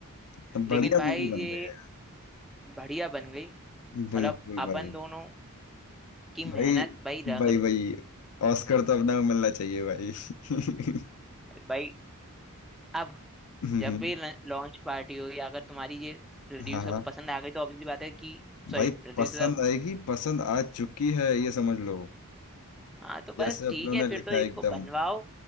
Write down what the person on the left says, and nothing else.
तो बढ़िया
मूवी बन
रही है
बिल्कुल
भाई
भाई
भाई भाई ऑस्कर तो अपना को मिलना चाहिए भाई <laughs>
हम्म,
हाँ हाँ
भाई
पसंद आएगी पसंद आ चुकी है ये समझ लो
जैसे अपनों
ने
लिखा
है
एकदम